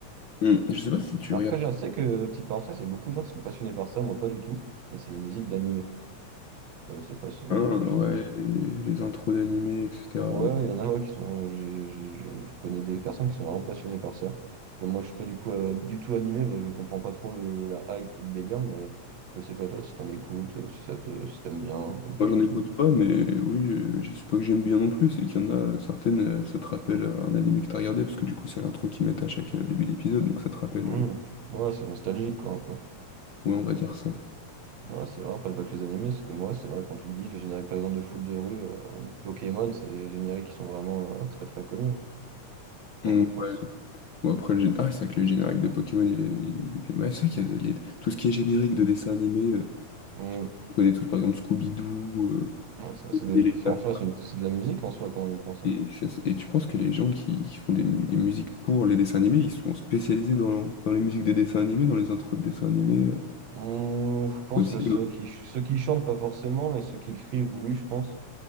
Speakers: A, on the left; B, on the right.
A: Hmm, Je sais pas si tu
B: Après,
A: regardes.
B: je sais que, euh, petite parenthèse, il y a beaucoup de gens qui sont passionnés par ça, moi pas du tout, mais c'est les musiques d'animé. Euh, Je sais pas si, c'est
A: Ah, ouais, les, les intros d'animés, etc.
B: Ouais, il y en a ouais, qui sont. j'ai- j'ai- je, je connais des personnes qui sont vraiment passionnées par ça. Comme moi, je suis pas du coup euh, du tout animé, bah, je comprends pas trop le- la hype, le délire, mais je sais pas toi si t'en écoutes, ou si ça te, si t'aimes bien, ou pas
A: Moi,
B: du
A: j'en écoute
B: tout.
A: pas, mais oui, je, je sais pas que j'aime bien non plus, c'est qu'il y en a certaines, euh, ça te rappelle euh, un animé que t'as regardé, parce que du coup, c'est l'intro qu'ils mettent à chaque euh, début d'épisode, donc ça te rappelle.
B: Hmm.
A: euh, les-
B: Ouais, c'est nostalgique, quoi, un peu.
A: Ouais, on va dire ça.
B: Ouais, c'est vrai, après, pas que les animés, c'est comme ouais, c'est vrai, quand tu te dis, les génériques, par exemple, de foot de rue euh, ou de Pokémon, c'est des génériques qui sont vraiment euh, très très connus, hein, quand
A: Mm.
B: on y pense.
A: Bon, après, le gén- ah, c'est vrai que le générique de Pokémon, il est, il est bien. Ouais, c'est vrai qu'il y a des- les- tout ce qui est générique de dessin animé, euh,
B: Hmm.
A: on connaît tous, par exemple, Scooby-Doo, euh,
B: Ouais, ça, c'est des-
A: et les Taffes.
B: en soi, c'est une- c'est de la musique en soi, quand on y pense.
A: Et,
B: hein.
A: ça- et tu penses que les gens qui, qui font des, des musiques pour les dessins animés, ils sont spécialisés dans, dans les musiques des dessins animés, dans les intros de dessins animés, euh,
B: Hum, je pense
A: aussi,
B: que ceux qui, ceux qui chantent, pas forcément, mais ceux qui écrivent, oui, je pense.